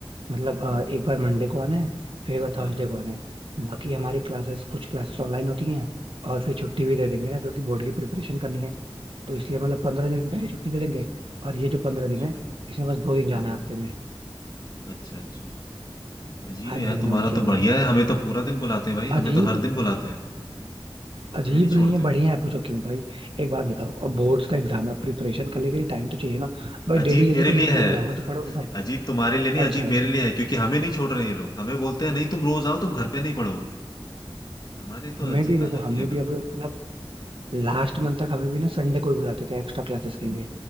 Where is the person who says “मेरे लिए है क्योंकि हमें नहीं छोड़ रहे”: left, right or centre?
Left